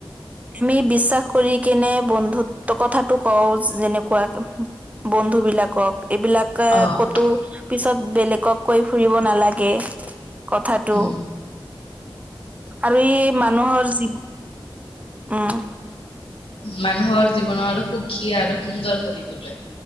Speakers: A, on the right; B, on the left.
A: আমি বিশ্বাস কৰি কেনে বন্ধুত্ব কথাটো কওঁ যেনেকুৱা বন্ধু বিলাকক। এইবিলাক
B: অ'
A: ক'তো পিছত বেলেগক কৈ ফুৰিব নালাগে। কথাটো।
B: উম,
A: আৰু ই মানুহৰ জীৱন, উম।
B: মানুহৰ জীৱনৰ সুখী আৰু সুন্দৰ কৰি তোলে।